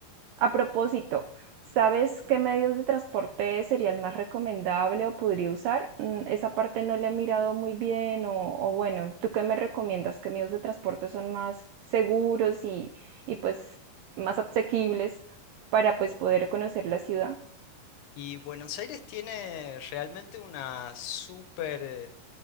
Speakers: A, on the right (about 80°); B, on the left (about 80°).
A: A propósito, ¿sabes qué medios de transporte sería el más recomendable o podría usar? Mm, Esa parte no le he mirado muy bien o, o bueno, ¿tú qué me recomiendas? ¿Qué medios de transporte son más seguros y, y pues más asequibles para pues poder conocer la ciudad?
B: Y Buenos Aires tiene realmente una súper...